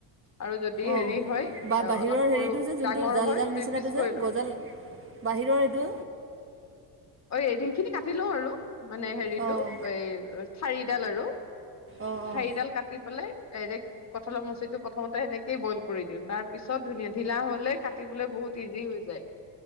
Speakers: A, on the left (about 35°); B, on the right (about 25°).
A: আৰু যদি
B: অঁ
A: হেৰি হয়
B: বা বাহিৰৰ
A: অলপ
B: হেৰিটো
A: সৰু
B: যে যোনটো
A: ডাঙৰ
B: জাল
A: হয়
B: জাল নিচিনাটো
A: দুই পিচ
B: যে
A: কৰি লওঁ
B: গজাল বাহিৰৰ সেইটো
A: অঁ এইখিনি কাটি লওঁ আৰু। মানে হেৰিতটো
B: অঁ
A: এই ঠাৰিডাল আৰু
B: অঁ
A: ঠাৰিডাল
B: অঁ
A: কাটি পেলাই ডাইৰেক্। কঁঠালৰ মুচিটো প্ৰথমতে সেনেকেই বইল কৰি দিওঁ। তাৰ পিছত, ধুনীয়া ধিলা হ'লে কাটিবলৈ বহুত ইজি হৈ যায়।